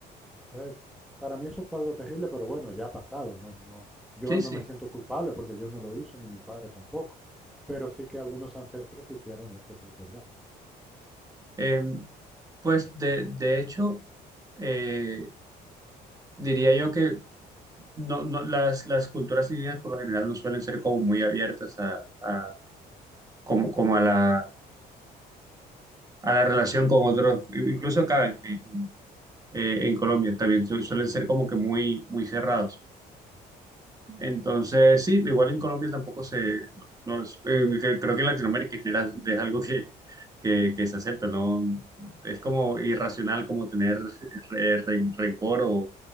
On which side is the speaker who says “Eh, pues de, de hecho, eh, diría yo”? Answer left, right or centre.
Right